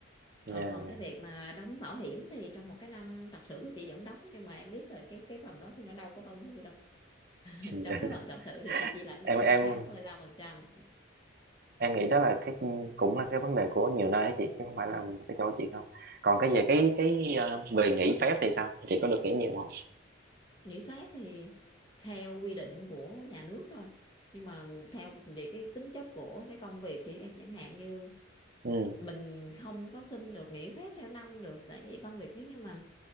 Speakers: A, on the left; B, on the right.
A: ờ,
B: dạ
A: còn cái
B: dạ.
A: việc mà đóng bảo hiểm thì trong một cái năm tập sự của chị vẫn đóng nhưng mà em biết rồi cái cái phần đó thì nó đâu có bao nhiêu đâu <laughs>
B: <laughs>
A: trong cái phần tập sự thì chị chỉ lãnh được
B: em
A: là
B: em
A: tám mươi lăm phần trăm
B: em nghĩ đó là cái cũng là cái vấn đề của nhiều nơi ấy chị chứ không phải là cái chỗ chị không còn cái về cái cái ờ, về nghỉ phép thì sao chị có được nghỉ nhiều không
A: nghỉ phép thì theo quy định của nhà nước thôi nhưng mà theo về cái tính chất của cái công việc chị em chẳng hạn như
B: ừ
A: mình không có xin được nghỉ phép theo năm được tại vì công việc nếu như mà